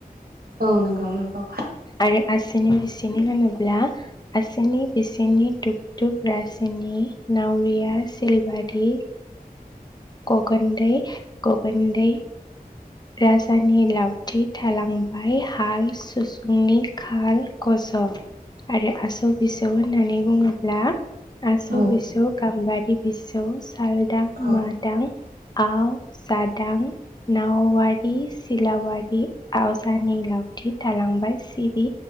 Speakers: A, on the right; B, on the left.
A: औ नोंगौ नोंगौ
B: आरो आसिनि बिसिनि होनो। अब्ला आसिनि बिसिनि दुुब दुुब राजनि नावरिया सिलबारि ग'गन्दै ग'गन्दै राजानि लावथि थालांबाय हाल सुसु फुंनि खाल गज आरो आसौ बिसौ होननानै बुङोब्ला आसौ
A: औ
B: बिसौ गामबारि बिसौ सालदां
A: औ
B: मादां आव जादां नावारि सिलावारि आवजानि लावथि थालांबाय सिरि